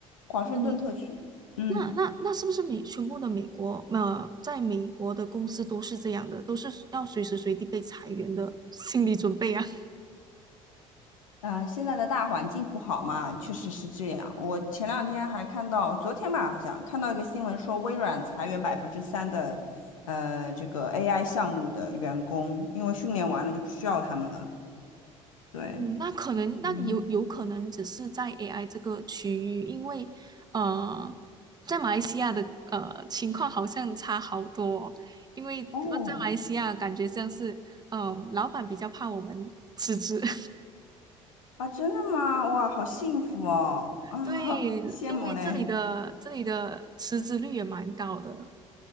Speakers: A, on the left (about 75°); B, on the right (about 25°).
A: 华盛顿特区。
B: 嗯，
A: 嗯，
B: 那那那是不是美全部的美国呃，在美国的公司都是这样的，都是要随时随地被裁员的心理准备啊？<laughs>
A: 啊、现在的大环境不好嘛，确实是这样。我前两天还看到，昨天吧，好像看到一个新闻说，微软裁员百分之三的，呃，这个 AI 项目的员工，因为训练完了就不需要他们了。对。
B: 嗯，那可能那有有可能只是在
A: 嗯。
B: AI 这个区域，因为呃，在马来西亚的呃情况好像差好多哦因为呃在马来西亚感觉像是呃，
A: 哦，
B: 老板比较怕我们辞职，<laughs>
A: 啊，真的吗？哇，好幸福哦！啊，
B: 对，
A: <laughs> 羡慕嘞！
B: 因为这里的这里的辞职率也蛮高的，